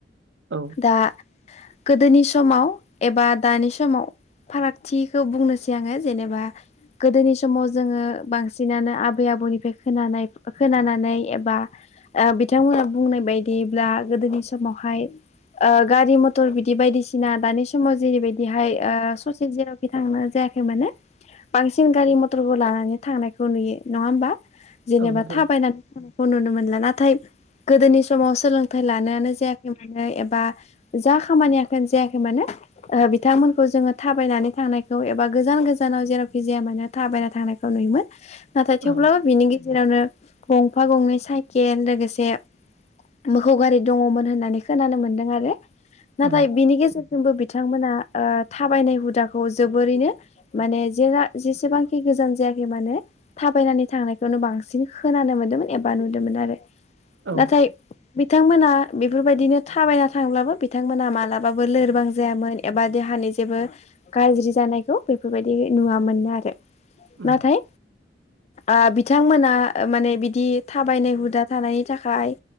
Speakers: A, on the right; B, on the left.
A: औ
B: दा गोदोनि समाव एबा दानि समाव फारागथिखौ बुंनोसै आङो जेनेबा गोदोनि समाव जोङो बांसिनानो आबै आबौनिफ्राय खोनानाय खोनानानै एबा बिथांमोना बुंनाय बायदिब्ला गोदोनि समावहाय ओ गारि मथर बिदि बायदिसिना दानि समाव जेरैबायदिहाय ससे जेरावखि थांनो जायाखै माने बांसिन गारि मथरबो लानानै थांनायखौ नुयो नङा होमबा? जेनेबा
A: औ नोंथां
B: थाबायनानै थानायखौ नुनो मोनला नाथाय गोदोनि सम समाव सोलोंथाइ लानायानो जायाखै म बा जा खामानिय जायाखै मानो बिथांमोनखौ जोङो थाबायनानै थांनायखौ एबा गोजान गोजानाव जेरावखि जाया मानो थाबायना थांनायखौ नुयोमोन नाथाय थेवब्लाबो
A: औ
B: बिनि गेजेरावनो गंफा गंनै साइकेल लोगोसे मोखौ गारि दङ'मोन होननानै खोनानो मोनदों आरो नाथाय
A: उम
B: बिनि गेजेरजोंबो बिथांमोना ओ थाबायनाय हुदाखौ जोबोरैनो माने जे जेसेबांखि गोजान जाया मानो थाबायनानै थांनायखौनो बांसिन खोनानो मोन्दोंमोन एबा नुदोंमोन आरो
A: औ
B: नाथाय बिथांमोना बेफोरबायदिनो थाबायना थांब्लाबो बिथांमोना मालाबाबो लोरबां जायामोन एबा देहानि जेबो गाज्रि जानायखौ बेफोरबायदि नुवामोननो आरो नाथाय
A: उम
B: ओ बिथांमोना माने बिदि थाबायनाय हुदा थानायनि थाखाय